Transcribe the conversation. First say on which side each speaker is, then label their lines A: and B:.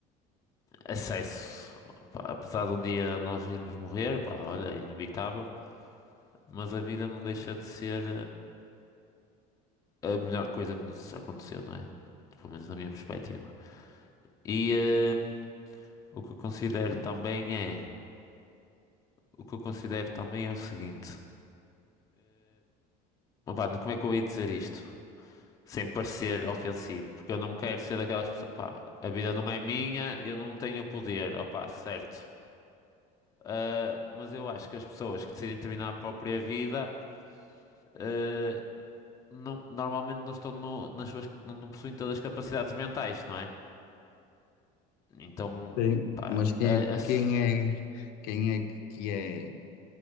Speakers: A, on the left (about 20°); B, on the left (about 60°).
A: acesso. Opá, apesar de um dia nós irmos morrer, pá, olha, é inevitável, mas a vida não deixa de ser eh, a melhor coisa que nos aconteceu, não é? Pelo menos na minha perspectiva. E eh, o que eu considero também é, o que eu considero também é o seguinte. ah, Pá, como é que eu ia dizer isto? Sem parecer ofensivo, porque eu não quero ser daquelas pessoas. Pá, a vida não é minha, eu não tenho poder, opá, certo. Ah, mas eu acho que as pessoas que decidem terminar a própria vida, ah, não- normalmente não estão no- nas suas, não, não possuem todas as capacidades mentais, não é? Então,
B: Sim.
A: pá,
B: Mas quem
A: a- a
B: é,
A: s-
B: quem é, quem é que é